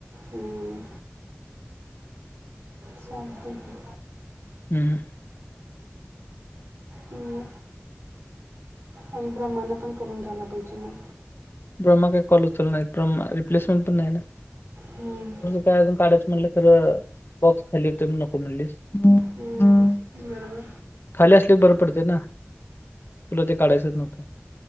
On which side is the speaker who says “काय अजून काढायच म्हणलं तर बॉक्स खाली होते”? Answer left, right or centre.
Left